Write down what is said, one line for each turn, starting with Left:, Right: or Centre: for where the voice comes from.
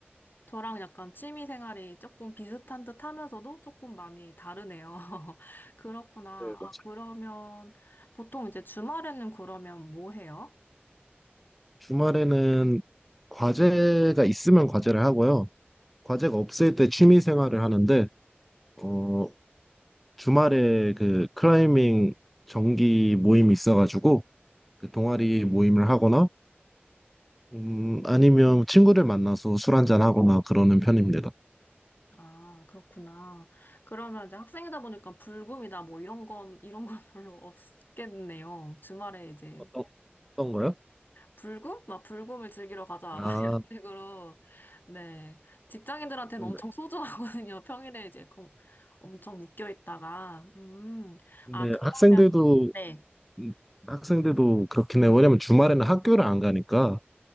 Left: 저랑 약간 취미 생활이 조금 비슷한 듯 하면서도 조금 많이 다르네요. <laughs> 그렇구나.
Centre: 네,
Left: 아,
Centre: 맞아요.
Left: 그러면 보통 이제 주말에는 그러면 뭐 해요?
Centre: 주말에는 과제가 있으면 과제를 하고요. 과제가 없을 때 취미 생활을 하는데 어 주말에 그 클라이밍 정기 모임이 있어가지고 그 동아리 모임을 하거나 음, 아니면 친구를 만나서 술 한잔 하거나 그러는 편입니다.
Left: 아, 그렇구나. 그러면 이제 학생이다 보니까 불금이다 뭐 이런 건, 이런 건 <laughs> 별로 없겠네요. 주말에 이제
Centre: 어떤, 어떤 거요?
Left: 불금? 막 불금을 즐기러 가자.
Centre: 아,
Left: 막 <laughs> 이런 식으로. 네. 직장인들한테는
Centre: 근데,
Left: 엄청 소중하거든요. 평일에 이제 거- 엄청 묶여 있다가. 음.
Centre: 근데
Left: 아, 그러면,
Centre: 학생들도,
Left: 네.
Centre: 음, 학생들도 그렇긴 해요. 왜냐면 주말에는 학교를 안 가니까